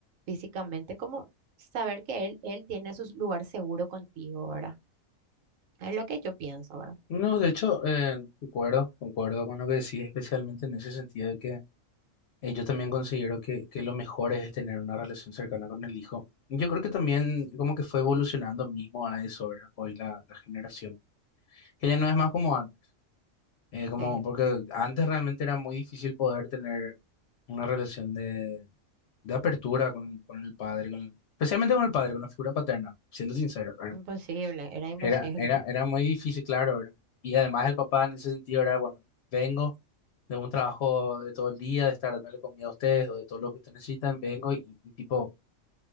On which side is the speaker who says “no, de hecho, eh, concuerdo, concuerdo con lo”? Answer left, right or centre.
Left